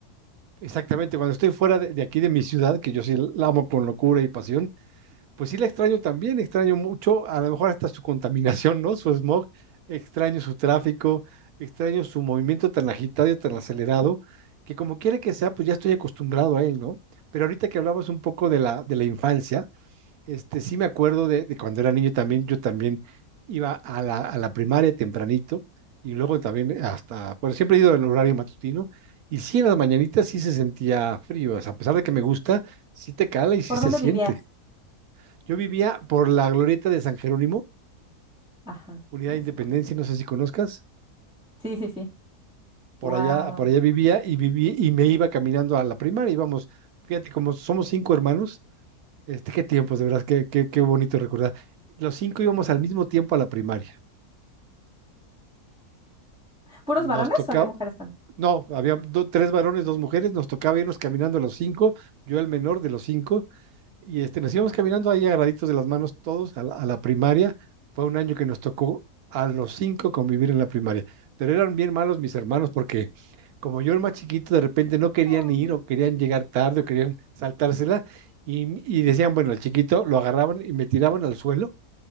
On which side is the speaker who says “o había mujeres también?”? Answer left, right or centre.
Centre